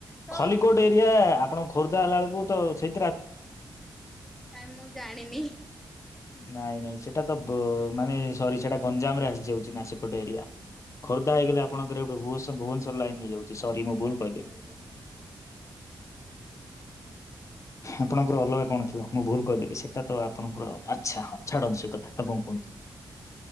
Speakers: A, in the centre; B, on the left (about 40°).
A: ତ
B: ଖଲ୍ଲିକୋଟ ଏରିଆ ଆପଣଙ୍କ ଖୋର୍ଦ୍ଧା ହେଲା ବେଳକୁ ତ ସେ
A: କାଇଁ ମୁଁ ଜାଣିନି।
B: ନାଇଁ ନାଇଁ ସେଟା ତ ବ ମାନେ ସରି ସେଟା ଗଞ୍ଜାମ ରେ ଆସିଯାଉଚି। ଚି ନା ସେପଟେ ଏରିଆ ଖୋର୍ଦ୍ଧା ହେଇଗଲେ। ଆପଙ୍କର ଭୁବନ୍ସ ଭୁବନେଶ୍ୱର ଲାଇନ୍ ହେଇଯାଉଚି। ସରି ମୁଁ ଭୁଲ
A: ଆଜ୍ଞା
B: କହିଲି।
A: ଆଜ୍ଞା
B: ଆପଣଙ୍କର ଅଲଗା କଣ ଥିବ ମୁଁ ଭୁଲ କହିଦେବ ସେଟା ତ ଆପଣଙ୍କର ଆଚ୍ଛା ହଁ ଛାଡନ୍ତୁ ସେ କଥା ଆପଣ କୁହନ୍ତୁ।